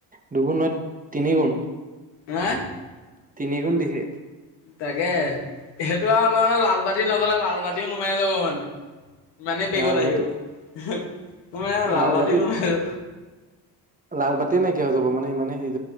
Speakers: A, on the right; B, on the left.
A: দুগুণ নত তিনি গুণ
B: অহ ',
A: তিনি গু দিখে
B: তাকে সেইটো আৰু অলপ মানে লাল পাতি নজলে লাল বাাতিও নুমাই যাব মানে ইমানেই বেগত
A: লাল
B: আহিব
A: বাতি
B: তোৰ মানে লালবাটী
A: লাল বাতি
B: নোমাই
A: লাল বাতিয়া নাইকিয় হৈ যাব মানে ইমানে স